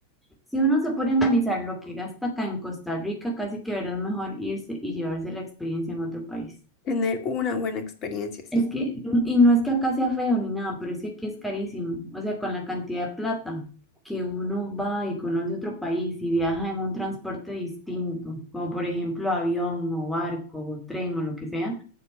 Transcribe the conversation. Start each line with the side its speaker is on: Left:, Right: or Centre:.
Centre: Si uno se pone a analizar lo que gasta acá en Costa Rica, casi que verdad es mejor irse y llevarse la experiencia en otro país.
Left: Tener una buena experiencia, sí.
Centre: Es que, y no es que acá sea feo ni nada, pero es que aquí es carísimo. O sea, con la cantidad de plata que uno va y conoce otro país y viaja en un transporte distinto, como por ejemplo avión o barco o tren o lo que sea,